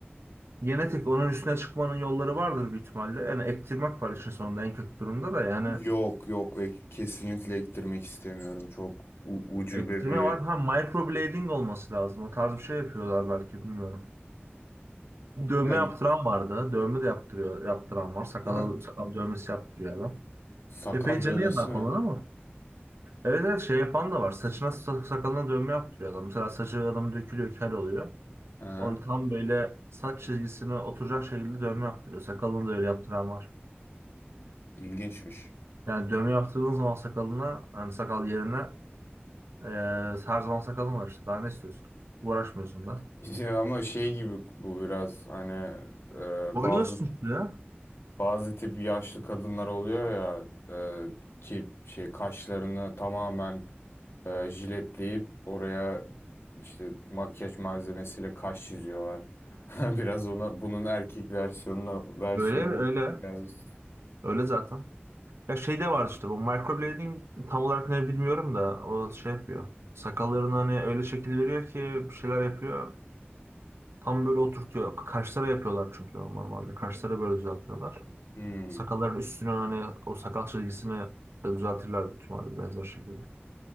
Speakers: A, on the right; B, on the left.
A: Genetik onun üstüne çıkmanın yolları vardır büyük ihtimalle. Yani ektirmek var işin sonunda en kötü durumda da yani
B: Yok yok E, kesinlikle ektirmek istemiyorum. Çok u- ucube
A: ektirme
B: bir
A: var. Ha microblading olması lazım. O tarz bir şey yapıyorlar belki bilmiyorum. Dövme
B: ya, y-
A: yaptıran vardı. Dövme de yaptırıyor, yaptıran var. Sakal,
B: <laughs>
A: sakal dövmesi yaptırıyor adam.
B: sakal
A: Epey canı
B: dövmesi
A: yanar
B: mi?
A: falan ama. Evet evet şey yapan da var. Saçına sa- sakalına dövme yaptırıyor adam. Mesela saçı adam dökülüyor, kel oluyor.
B: Hı hı.
A: Onu tam böyle saç çizgisine oturacak şekilde dövme yaptırıyor. Sakalını da öyle yaptıran var.
B: İlginçmiş.
A: Yani dövme yaptırdığın zaman sakalına, hani sakal yerine Ee, her zaman sakalın var işte. Daha ne istiyorsun? Uğraşmıyorsun da.
B: <laughs> İşte ama şey gibi bu biraz hani e,
A: Boyuyorsun
B: bazı
A: işte ya.
B: Bazı tip yaşlı kadınlar oluyor ya e, ki şey kaşlarını tamamen e, jiletleyip oraya işte makyaj malzemesiyle kaş çiziyorlar. <laughs> Biraz ona bunun erkek versiyonuna versiyonu
A: Öyle öyle.
B: biraz.
A: Öyle zaten. Ya şey de vardı işte bu microblading tam olarak ne bilmiyorum da o şey yapıyor. Sakallarını hani öyle şekil veriyor ki bir şeyler yapıyor. Tam böyle oturtuyor. Kaşlara yapıyorlar çünkü normalde. Kaşları böyle düzeltiyorlar.
B: Hmm.
A: Sakalların üstünü hani o sakal çizgisini de düzeltirler büyük ihtimalle benzer şekilde.